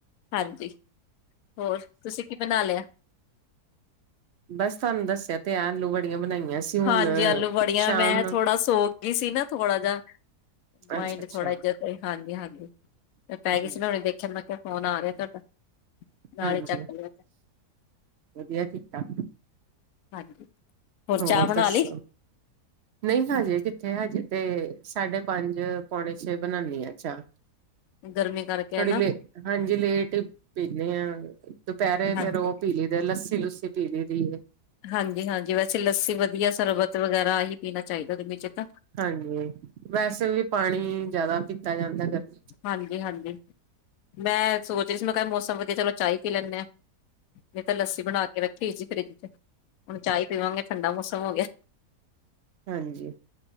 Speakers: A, on the left; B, on the right.
A: ਹਾਂਜੀ। ਹੋਰ ਤੁਸੀਂ ਕੀ ਬਣਾ ਲਿਆ? <inaudible>
B: ਬਸ ਤੁਹਾਨੂੰ ਦੱਸਿਆ ਤੇ ਆ ਆਲੂ ਵੜੀਆਂ ਬਣਾਈਆਂ। ਸੀ ਹੁਣ
A: ਹਾਂਜੀ ਆਲੂ ਵੜੀਆਂ,
B: ਸ਼ਾਮ
A: ਮੈਂ
B: ਨੂੰ
A: ਥੋੜਾ ਸੋਕ ਗਈ ਸੀ ਨਾ ਥੋੜਾ ਜਾਂ, ਮਾਇੰਡ
B: ਅੱਛਾ-ਅੱਛਾ
A: ਥੋੜਾ ਇੱਜਤ ਏ, ਹਾਂਜੀ-ਹਾਂਜੀ ਮੈਂ ਪੈ
B: ਹੂੰ
A: ਗਈ ਸੀ ਨਾ, ਹੁਣੇ ਦੇਖਆ ਮੈਂ ਕਿਹਾ ਫੋਨ ਆ ਰਿਹਾ। <inaudible> ਨਾਲ
B: ਹਾਂਜੀ,
A: ਹੀ ਚੱਕ ਲਿਆ
B: ਵਧੀਆ ਕਿ ਤਾ।
A: ਹਾਂਜੀ।
B: ਹੋਰ
A: ਚਾਹ ਬਣਾ
B: ਦੱਸੋ?
A: ਲਈ
B: ਨਹੀਂ ਹਜੇ ਕਿਥੇ, ਹਜੇ ਤੇ ਸਾਢੇ ਪੰਜ ਪੋਣੇ ਛੇ ਬਣਾਨੀ ਆ ਚਾਹ।
A: ਗਰਮੀ ਕਰਕੇ
B: ਥੋੜੀ
A: ਹਨਾ
B: ਲੇਟ, ਹਾਂਜੀ ਲੇਟ ਪੀਣੀ ਆ ਦੁਪਹਿਰੇ
A: ਹਾਂਜੀ।
B: ਫੇਰ ਉਹ ਪੀਲੀ ਦਾ ਏ ਲੱਸੀ ਲੁੱਸ ਪੀਲੀ ਦੀ ਏ।
A: ਹਾਂਜੀ-ਹਾਂਜੀ ਵੈਸੇ ਲੱਸੀ ਵਧੀਆ, ਸਰਬਤ ਵਗੈਰਾ ਆਹ ਹੀ ਪੀਣਾ ਚਾਹੀਦਾ ਗਰਮੀ ਚ। ਤਾਂ
B: ਹਾਂਜੀ, ਵੈਸੇ ਵੀ ਪਾਣੀ ਜਿਆਦਾ ਪੀ ਤਾ ਜਾਂਦਾ ਗਰਮੀ
A: ਹਾਂਜੀ-ਹਾਂਜੀ। ਮੈਂ ਸੋਚ ਰਹੀ ਸੀ, ਮੈਂ ਕਿਹਾ ਅੱਜ ਮੌਸਮ ਵਧੀਆ ਚਲੋ ਚਾਹ ਹੀ ਪੀ ਲੈਨੇ ਆ। ਨਹੀਂ ਤਾਂ ਲੱਸੀ ਬਣਾ ਕੇ ਰੱਖੀ ਸੀ ਫਰਿੱਜ ਚ ਹੁਣ ਚਾਹ ਪੀਵਾਂਗੇ ਠੰਡਾ ਮੌਸਮ ਹੋ ਗਿਆ
B: ਹਾਂਜੀ